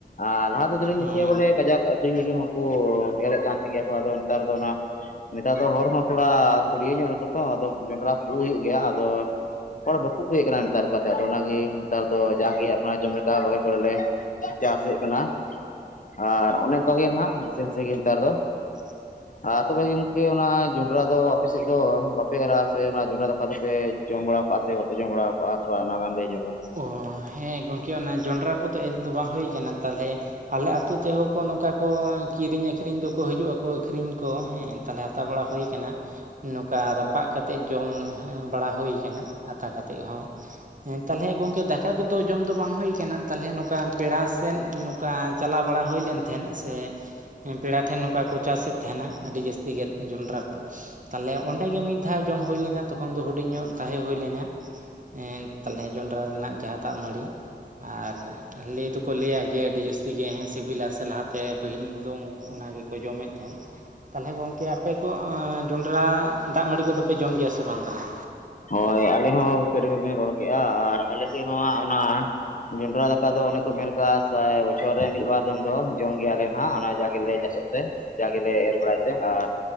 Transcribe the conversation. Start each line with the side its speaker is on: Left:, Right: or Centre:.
Left: ᱟᱨ ᱞᱟᱦᱟ ᱛᱮ ᱫᱚ ᱞᱤᱧ ᱫᱤᱥᱮᱤᱭᱟ
Right: ᱚᱸ
Left: ᱵᱚᱞᱮ ᱠᱟᱡᱟᱠ ᱟᱠᱷᱨᱤᱧ ᱞᱟᱹᱜᱤᱫ ᱦᱚᱸᱠᱚ ᱮᱨᱮᱫ ᱠᱟᱱ ᱛᱟᱦᱮᱸ ᱜᱮᱭᱟ ᱠᱚ ᱟᱫᱚ ᱱᱮᱛᱟᱨ ᱫᱚ ᱚᱱᱟ ᱱᱮᱛᱟᱨ ᱫᱚ ᱦᱚᱲ ᱦᱚᱸ ᱛᱷᱚᱲᱟ ᱠᱩᱲᱭᱟᱹ ᱧᱚᱜ ᱱᱟᱠᱩ ᱛᱚ ᱟᱫᱚ ᱡᱚᱱᱰᱨᱟ ᱯᱩ ᱦᱩᱭᱩᱜ ᱜᱮᱭᱟ ᱟᱫᱚ ᱦᱚᱲ ᱵᱟᱠᱚ ᱯᱩᱭᱮᱫ ᱠᱟᱱᱟ ᱱᱮᱛᱟᱨ ᱞᱮᱠᱟᱛᱮᱫᱚ ᱚᱱᱟᱜᱮ ᱱᱮᱛᱟᱨ ᱫᱚ ᱡᱟᱜᱮ ᱟᱯᱱᱟᱨ ᱡᱚᱢ ᱞᱮᱠᱟ ᱨᱚᱦᱚᱭ ᱵᱟᱲᱟ ᱞᱮ ᱪᱟᱥᱮᱫ ᱠᱟᱱᱟ ᱟᱨ ᱚᱱᱮ ᱚᱱᱠᱟᱜᱮ ᱦᱟᱸᱜ ᱱᱟᱥᱮ ᱱᱟᱥᱮ ᱜᱮ ᱱᱮᱛᱟᱨ ᱫᱚ᱾
Right: <unintelligible>
Left: ᱟᱨ ᱛᱚᱵᱮ ᱜᱚᱝᱠᱮ ᱚᱱᱟ ᱡᱚᱸᱰᱨᱟ ᱫᱚ ᱟᱯᱮ ᱥᱮᱫ ᱫᱚ ᱵᱟᱯᱮ ᱮᱨᱟ ᱥᱮ ᱚᱱᱟ ᱡᱚᱸᱰᱨᱟ ᱨᱟᱯᱟᱜ ᱫᱚᱯᱮ ᱡᱚᱢ ᱵᱟᱲᱟᱣ ᱠᱟᱜᱼᱟ ᱥᱮ ᱵᱟᱯᱮ ᱡᱚᱢ ᱵᱟᱲᱟᱣ ᱠᱟᱜᱼᱟ ᱛᱷᱚᱲᱟ ᱚᱱᱟ ᱜᱟᱱ ᱞᱟᱹᱭ ᱧᱚᱜ ᱵᱮᱱ?
Right: ᱚ ᱦᱮᱸ ᱜᱚᱢᱠᱮ ᱚᱱᱟ ᱡᱚᱱᱰᱨᱟ ᱠᱚᱫᱚ ᱮᱨ ᱫᱚ ᱵᱟᱝ ᱦᱩᱭ ᱟᱠᱟᱱᱟ ᱛᱟᱦᱚᱞᱮ ᱟᱞᱮ ᱟᱹᱛᱩ ᱛᱮᱦᱚᱸ ᱠᱚ ᱱᱚᱝᱠᱟ ᱠᱚ ᱠᱤᱨᱤᱧ ᱟᱹᱠᱷᱨᱤᱧ ᱫᱚᱠᱚ ᱦᱤᱡᱩᱜ ᱟᱠᱚ ᱟᱹᱠᱷᱨᱤᱧ ᱠᱚ ᱦᱮᱸ ᱾ ᱛᱟᱦᱚᱞᱮ ᱦᱟᱛᱟᱣ ᱵᱟᱲᱟ ᱦᱩᱭ ᱠᱟᱱᱟ ᱾ ᱱᱚᱝᱠᱟ ᱨᱟᱯᱟᱜ ᱠᱟᱛᱮᱫ ᱡᱚᱢ ᱵᱟᱲᱟ ᱦᱩᱭ ᱠᱟᱱᱟ ᱟᱛᱟ ᱠᱟᱛᱮᱫ ᱦᱚᱸ᱾ ᱛᱟᱦᱚᱞᱮ ᱜᱚᱝᱠᱮ ᱫᱟᱠᱟ ᱠᱚᱫᱚ ᱡᱚᱢ ᱫᱚ ᱵᱟᱝ ᱦᱩᱭᱠᱟᱱᱟ ᱛᱟᱦᱚᱞᱮ ᱱᱚᱝᱠᱟ ᱯᱮᱲᱟ ᱥᱮᱫ ᱱᱚᱝᱠᱟ ᱪᱟᱞᱟᱣ ᱵᱟᱲᱟ ᱦᱩᱭᱞᱮᱱᱼᱼ ᱛᱟᱦᱮᱸᱫ ᱥᱮ ᱯᱮᱲᱟ ᱴᱷᱮᱱ ᱱᱚᱝᱠᱟ ᱠᱚ ᱪᱟᱥᱮᱫ ᱛᱟᱦᱮᱱᱟ ᱟᱹᱰᱤ ᱡᱟᱹᱥᱛᱤ ᱜᱮ ᱡᱚᱸᱰᱨᱟ ᱠᱚ ᱾ ᱛᱟᱞᱦᱮ ᱚᱸᱰᱮᱜᱮ ᱢᱤᱫ ᱫᱷᱟᱣ ᱡᱚᱢ ᱦᱩᱭ ᱞᱮᱱᱟ ᱛᱚᱠᱷᱚᱱ ᱫᱚ ᱦᱩᱰᱤᱧ ᱧᱚᱜ ᱛᱟᱦᱮᱸ ᱦᱩᱭ ᱞᱮᱱᱟ ᱮ ᱛᱟᱞᱦᱮ ᱡᱚᱸᱰᱨᱟ ᱨᱮᱱᱟᱜ ᱡᱟᱦᱟᱸ ᱫᱟᱜ ᱢᱟᱹᱲᱤ ᱟᱨ ᱞᱟᱹᱭ ᱫᱚᱠᱚ ᱞᱟᱹᱭᱟ ᱡᱮ ᱟᱹᱰᱤ ᱡᱟᱹᱥᱛᱤ ᱜᱮ ᱦᱮᱸ ᱥᱤᱵᱤᱞᱟ ᱥᱮ ᱞᱟᱦᱟᱛᱮ ᱯᱟᱹᱦᱤᱞ ᱫᱚ ᱚᱱᱟ ᱜᱮᱠᱚ ᱡᱚᱢᱮᱫ ᱛᱟᱦᱮᱸᱫ ᱾ ᱛᱟᱞᱦᱮ ᱜᱚᱝᱠᱮ ᱟᱯᱮ ᱠᱚ ᱡᱚᱸᱰᱨᱟ ᱫᱟᱜ ᱢᱟᱹᱲᱤ ᱠᱚᱫᱚ ᱯᱮ ᱡᱚᱢ ᱜᱮᱭᱟ ᱥᱮ ᱵᱟᱝ ᱛᱟᱞᱦᱮ?
Left: ᱦᱳᱭ ᱟᱞᱮ ᱦᱚᱸ ᱠᱟᱹᱰᱤ <unintelligible> ᱨᱚᱲ ᱠᱮᱫᱼᱟ ᱟᱨ ᱟᱞᱮ ᱥᱮᱫ ᱦᱚᱸᱦᱟᱜ ᱚᱱᱟ ᱡᱚᱱᱰᱨᱟ ᱫᱟᱠᱟ ᱫᱚ ᱚᱱᱮ ᱠᱚ ᱢᱮᱱ ᱠᱟᱜ-ᱟ ᱥᱟᱭ ᱵᱚᱪᱷᱚᱨ ᱨᱮ ᱢᱤᱫ ᱵᱟᱨ ᱫᱚᱢ ᱫᱚ ᱡᱚᱢ ᱜᱮᱭᱟᱞᱮ ᱦᱟᱜ ᱚᱱᱟ ᱡᱟ ᱜᱮᱞᱮ ᱪᱟᱥᱮᱫ ᱛᱮ ᱡᱟᱜᱮᱞᱮ ᱮᱨ ᱵᱟᱲᱟᱭ ᱛᱮ ᱟᱨ